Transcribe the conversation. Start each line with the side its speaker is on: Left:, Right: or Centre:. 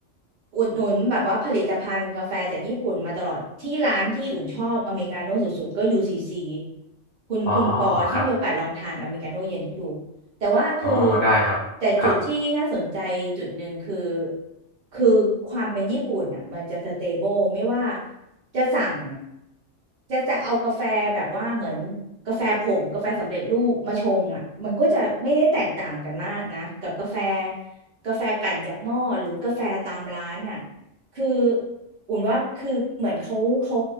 Right: อุดหนุนแบบว่าผลิตภัณฑ์กาแฟจากญี่ปุ่นมาตลอด ที่ร้านที่อุ่นชอบอเมริกาโน่สุดๆก็ UCC คุณคุณปอถ้ามีโอกาสลองทานอเมริกาโน่เย็นเขาดู
Left: อ๋อครับ
Right: แต่ว่าคือ
Left: อ๋อได้ครับครับ
Right: แต่จุดที่น่าสนใจจุดหนึ่งคือคือความเป็นญี่ปุ่นอ่ะมันจะสเตเบิลไม่ว่าจะสั่งจะจะเอากาแฟแบบว่าเหมือนกาแฟผงกาแฟสำเร็จรูปมาชงอ่ะมันก็จะไม่ได้แตกต่างกันมากนะกับกาแฟกาแฟกลั่นจากหม้อหรือกาแฟตามร้านอ่ะคืออุ่นว่าคือเหมือนเขาเขา